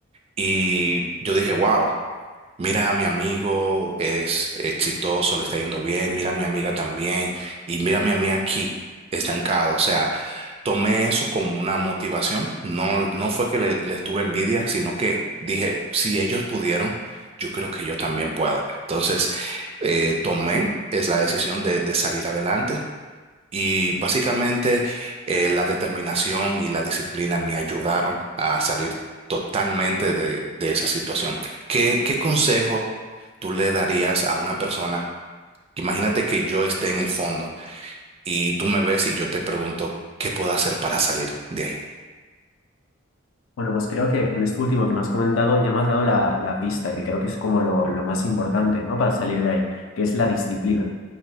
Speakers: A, on the right (about 30°); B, on the left (about 80°).
A: Y yo dije, wow, mira a mi amigo, es exitoso, le está yendo bien, mira a mi amiga también, y mira a mí aquí, estancado. O sea, tomé eso como una motivación. No, no fue que le, les tuve envidia, sino que dije, si ellos pudieron, yo creo que yo también puedo. Entonces, eh, tomé es la decisión de, de salir adelante y básicamente eh, la determinación y la disciplina me ayudaron a salir totalmente de, de esa situación. ¿Qué, qué consejo tú le darías a una persona? Imagínate que yo esté en el fondo y tú me ves y yo te pregunto, ¿qué puedo hacer para salir de ahí?
B: Bueno, pues creo que en esto último que me has comentado ya me has dado la, la pista, que creo que es como lo, lo más importante, ¿no? Para salir de ahí, que es la disciplina.